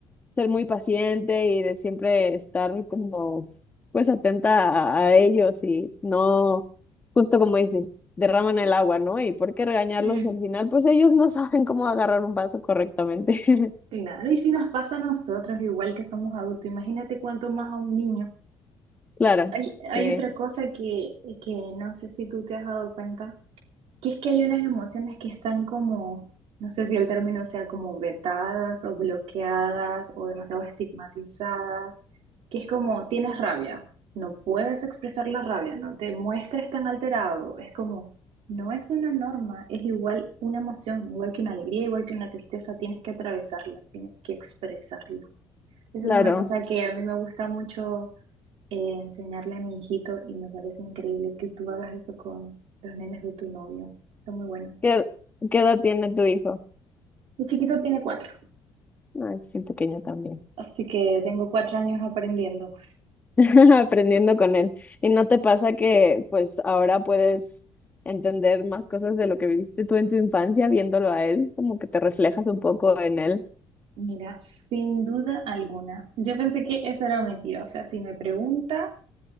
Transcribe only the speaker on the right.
Mm,
claro, y si nos pasa a nosotros, igual que somos adultos, imagínate cuánto más a un niño.
Hay,
hay otra cosa que, que no sé si tú te has dado cuenta Que es que hay unas emociones que están como, no sé si el término sea como vetadas o bloqueadas o demasiado estigmatizadas, que es como tienes rabia, no puedes expresar la rabia, no te muestres tan alterado, es como, no es una norma, es igual una emoción, igual que una alegría, igual que una tristeza, tienes que atravesarla, tienes que expresarla. Esa
es una cosa que a mí me gusta mucho eh, enseñarle a mi hijito y me parece increíble que tú hagas eso con los nenes de tu novio. Está muy bueno.
Mi chiquito tiene cuatro,
así que tengo cuatro años aprendiendo.
Mira, sin duda alguna. Yo pensé que eso era mentira. O sea, si me preguntas